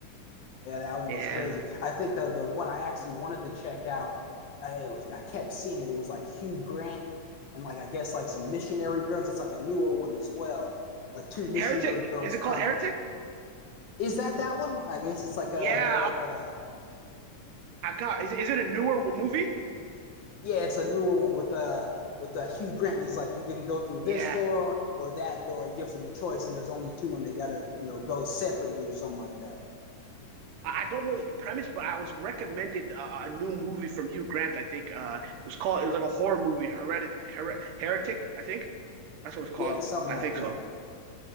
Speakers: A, on the left; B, on the right.
A: Yeah, that one
B: Yeah.
A: was crazy. I think the the one I actually wanted to check out, I, it was I kept seeing it. It was like Hugh Grant and like I guess like some missionary girls. It's like a newer one as well. Like two missionary
B: Heretic,
A: girls
B: is it
A: come.
B: called Heretic?
A: Is that that one? I guess it's like
B: Yeah,
A: a they're like a
B: I, I got. Is it- is it a newer movie?
A: yeah, it's a newer one with a with a Hugh Grant. And he's like, you can go through this
B: Yeah.
A: door or that door. He gives them a choice, and there's only two, and they gotta you know go separately or something like that.
B: I I don't know the premise, but I was recommended uh, a new movie from Hugh Grant. I think uh, it was called. It was like a horror movie, Heredit, Her Heretic, I think. That's what it's called.
A: Yeah, something
B: I
A: like
B: think
A: that.
B: so.